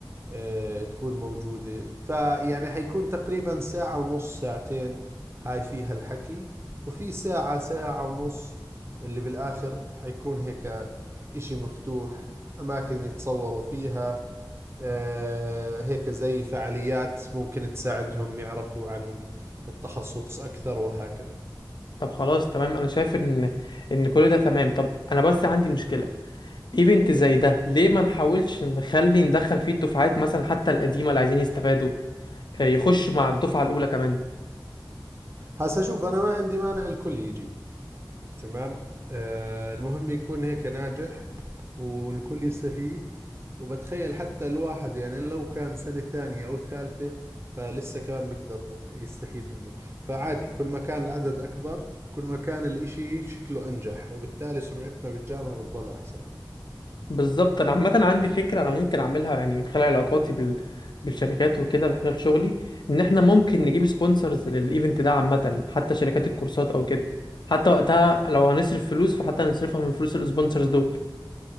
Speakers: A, on the right; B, on the left.
A: آه، تكون موجودة فيعني حيكون تقريبا ساعة ونص ساعتين هاي فيها الحكي وفي ساعة ساعة ونص اللي بالآخر حيكون هيك إشي مفتوح أماكن يتصوروا فيها آه، هيك زي فعاليات ممكن تساعدهم يعرفوا عن التخصص أكثر وهكذا
B: طب خلاص تمام انا شايف ان ان كل ده تمام طب انا بس عندي مشكله ايفنت زي ده ليه ما نحاولش نخلي ندخل فيه الدفعات مثلا حتى القديمه اللي عايزين يستفادوا آه، يخشوا مع الدفعه الاولى كمان
A: هسا شوف أنا ما عندي مانع الكل يجي تمام آه، المهم يكون هيك ناجح والكل يستفيد وبتخيل حتى الواحد يعني لو كان سنة ثانية أو ثالثة فلسه كمان بيقدر يستفيد منه فعادي كل ما كان العدد أكبر كل ما كان الإشي شكله أنجح وبالتالي سمعتنا بالجامعة بتضل أحسن
B: بالظبط انا عامه عندي فكره انا ممكن اعملها يعني من خلال علاقاتي بال... بالشركات وكده من خلال شغلي ان احنا ممكن نجيب سبونسرز للايفنت ده عامه حتى شركات الكورسات او كده حتى وقتها لو هنصرف فلوس فحتى نصرفها من فلوس السبونسرز دول